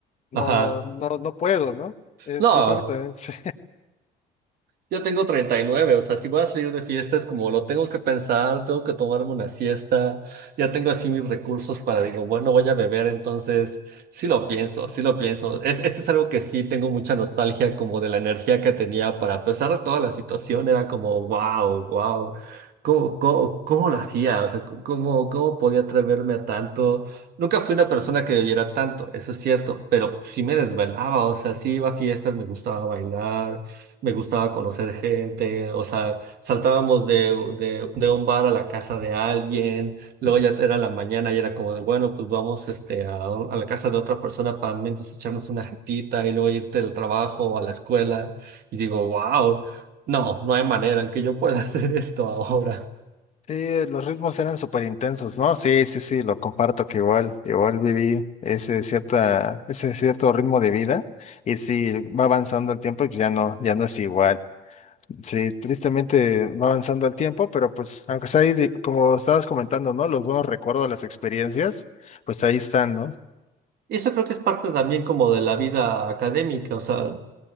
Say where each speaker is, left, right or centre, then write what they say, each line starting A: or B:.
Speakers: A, on the left; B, on the right.
A: no,
B: ajá.
A: no, no puedo, ¿no? Es,
B: No.
A: yo creo que también <laughs> sí.
B: Yo tengo 39, o sea, si voy a salir de fiesta es como lo tengo que pensar, tengo que tomarme una siesta, ya tengo así mis recursos para, digo, bueno, voy a beber, entonces sí lo pienso, sí lo pienso. Es, eso es algo que sí tengo mucha nostalgia como de la energía que tenía para, a pesar de toda la situación, era como, wow, wow, ¿cómo, cómo, cómo lo hacía? O sea, ¿cómo, cómo podía atreverme a tanto? Nunca fui una persona que bebiera tanto, eso es cierto, pero pues sí me desvelaba, o sea, sí iba a fiestas, me gustaba bailar me gustaba conocer gente, o sea, saltábamos de, de, de un bar a la casa de alguien, luego ya era la mañana y era como de, bueno, pues vamos este, a, a la casa de otra persona para al menos echarnos una jetita y luego irte al trabajo o a la escuela. Y digo, wow, no, no hay manera en que yo pueda <laughs> hacer esto ahora.
A: Sí, los ritmos eran súper intensos, ¿no? Sí, sí, sí, lo comparto que igual, igual viví ese cierta, ese cierto ritmo de vida y sí, va avanzando el tiempo y ya no, ya no es igual. Sí, tristemente va avanzando el tiempo, pero pues aunque sea ahí, de- como estabas comentando, ¿no? Los buenos recuerdos, las experiencias, pues ahí están, ¿no?
B: Y eso creo que es parte también como de la vida académica, o sea, O